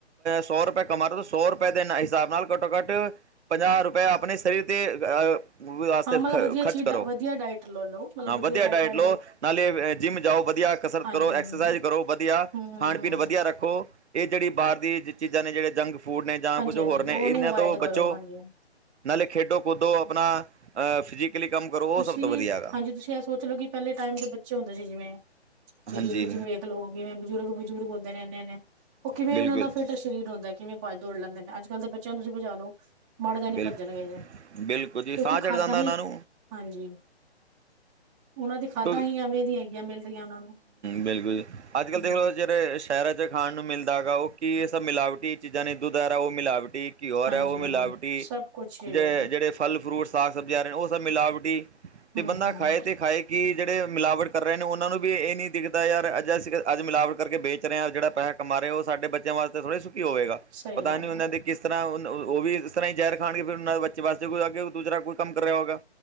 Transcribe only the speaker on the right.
ਸੌ ਰੁਪਏ ਕਮਾੋ, ਸੌ ਰੁਪਏ ਦੇ ਹਿਸਾਬ ਨਾਲ ਘੱਟੋ -ਘੱਟ ਪੰਜਾਹ ਰੁਪਏ ਆਪਣੇ ਸਰੀਰ ਤੇ ਆ ਵਾਸਤੇ
ਖ
ਖਰਚ
ਕਰੋ।
ਹਾਂ, ਵਧੀਆ ਡਾਇਟ
ਲਓ, ਨਾਲੇ ਜਿੰਮ ਜਾਓ ਵਧੀਆ। ਕਸਰਤ
ਕਰੋ,
ਐਕਸਰਸਾਈਜ਼
ਕਰੋ ਵਧੀਆ।
ਖਾਣ -ਪੀਣ ਵਧੀਆ ਰੱਖੋ। ਇਹ ਜਿਹੜੀ ਬਾਹਰ ਦੀ ਚੀਜ਼ਾਂ ਨੇ ਜਿਹੜੇ ਜੰਕ ਫੂਡ ਨੇ ਜਾਂ
ਕੁੱਝ ਹੋਰ
ਨੇ ਇਹਨਾਂ
ਤੋਂ ਬਚੋ।
ਨਾਲੇ ਖੇਡੋ- ਕੁਦੋ ਆਪਣਾ ਅ ਫਿਜ਼ਕਲੀ ਕੰਮ ਕਰੋ।
ਉਹ ਸਭ ਤੋਂ ਵਧੀਆ ਹੈਗਾ
ਹਾਂਜੀ
ਬਿਲਕੁਲ
ਬਿਲਕੁਲ
ਬਿਲਕੁਲ ਜੀ
ਸਾਹ
ਚੜ ਜਾਂਦਾ
ਉਹਨਾਂ ਨੂੰ।
ਹੂ,
ਬਿਲਕੁਲ, ਅੱਜ ਕੱਲ
ਤੇ ਬਸ ਜਿਹੜ ਸ਼ਹਿਰਾਂ ਚ' ਖਾਣ ਨੂੰ ਮਿਲਦਾ ਹੈਗਾ, ਉਹ ਕੀ ਸਭ ਮਿਲਾਵਟੀ ਚੀਜ਼ਾਂ ਨੇ ਦੁਧ ਆਰਾ ਉਹ ਮਿਲਾਵਟੀ। ਕਿ ਹੋਰ
ਹੈ ਉਹ ਮਿਲਾਵਟੀ।
ਜ-
ਜਿਹੜੇ ਫਲ- ਫਰੂਟ, ਸਾਗ -ਸਬਜ਼ੀ ਆ ਰਹੇ ਨੇ ਉਹ ਸਭ ਮਿਲਾਵਟੀ।
ਤੇ ਬੰਦਾ
ਖਾਏ ਤੇ ਖਾਏ ਕਿ ਜਿਹੜੇ ਮਿਲਾਵਟ ਕਰ ਰਹੇ ਨੇ ਉਹਨਾਂ ਨੂੰ ਵੀ ਇਹ ਨਹੀਂ ਦਿਖਦਾ ਯਾਰ ਅੱਜ ਅਸੀਂ ਅੱਜ ਮਿਲਾਵਟ ਕਰਕੇ ਵੇਚ ਰਹੇ ਹਾਂ ਜਿਹੜਾ ਪੈਸਾ ਕੰਮ ਰਹੇ ਹਾ ਉਹ ਸਾਡੇ ਬੱਚਿਆਂ ਵਾਸਤੇ ਥੋੜ੍ਹੇ ਸੁਖੀ ਹੋਵੇਗਾ,
ਪਤਾ
ਨੀ ਉਹਦੇ
ਕਿਸ ਇਸ ਤਰ੍ਹਾਂ ਉਹ ਵੀ ਇਸ ਤਰ੍ਹਾਂ ਹੀ ਜ਼ਹਿਰ ਖਾਣਗੇ ਫਿਰ ਉਹਨਾਂ ਦੇ ਬੱਚੇ ਵਾਸਤੇ ਕੋਈ ਅੱਗੇ ਦੂਸਰਾ ਕੋਈ ਕੰਮ ਕਰ ਰਿਹਾ ਹੋਵੇਗਾ।